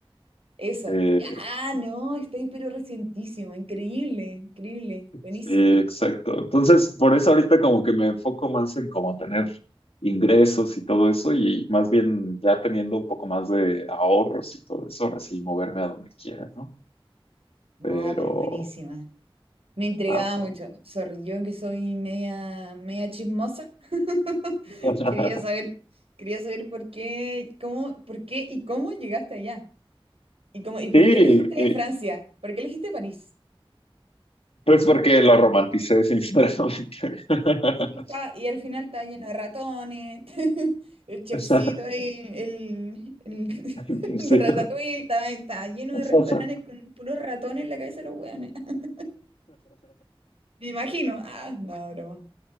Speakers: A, on the right (about 85°); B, on the left (about 85°).
A: Eso.
B: Eh,
A: Ah, no, está ahí pero recientísimo, increíble, increíble, buenísima.
B: Sí, exacto. Entonces, por eso ahorita como que me enfoco más en como tener ingresos y todo eso y más bien ya teniendo un poco más de ahorros y todo eso, ahora sí moverme a donde quiera, ¿no?
A: No,
B: Pero...
A: pero buenísima. Me intrigaba
B: ah,
A: mucho. Sorry, yo que soy media, media chismosa. <laughs>
B: <laughs>
A: Quería saber, quería saber por qué, cómo, por qué y cómo llegaste allá. Y cómo, y por
B: sí,
A: qué elegiste
B: y-
A: Francia, por qué elegiste París.
B: pues porque lo romanticé, sinceramente. <laughs>
A: Y, está, y al final está lleno de ratones, <laughs> el chefcito
B: O sea,
A: ahí, el, el <laughs>
B: <laughs>
A: de
B: sí.
A: Ratatouille, está está lleno
B: <laughs>
A: de restaurantes con puros ratones en la cabeza de los weones. <laughs> Me imagino. Ah, no, broma.